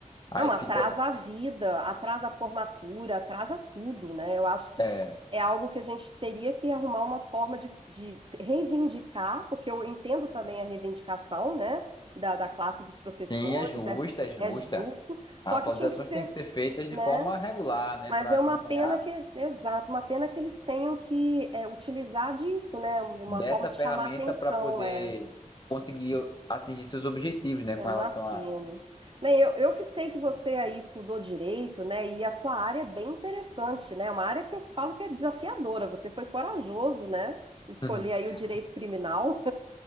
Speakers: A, on the left (about 30°); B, on the right (about 40°).
A: aí
B: Não,
A: fica
B: atrasa
A: com-
B: a vida, atrasa a formatura, atrasa tudo, né? Eu acho que
A: é,
B: é algo que a gente teria que arrumar uma forma de, de se reivindicar, porque eu entendo também a reivindicação, né, da, da classe dos professores,
A: sim, é justa,
B: é,
A: é justa.
B: é justo, só
A: As atualizações
B: que tinha que ser,
A: têm que ser feitas de
B: né?
A: forma regular, né,
B: Mas
A: para
B: é
A: acompanhar
B: uma pena que, exato, uma pena que eles tenham que é, utilizar disso, né? Uma
A: dessa
B: forma de
A: ferramenta
B: chamar atenção,
A: para poder
B: é.
A: conseguir atingir seus objetivos, né, com
B: É uma
A: relação
B: pena.
A: a
B: Bem, eu, eu que sei que você aí estudou direito, né? E a sua área é bem interessante, né? É Uma área que eu falo que é desafiadora. Você foi corajoso, né? Escolher
A: <laughs>
B: aí o direito criminal.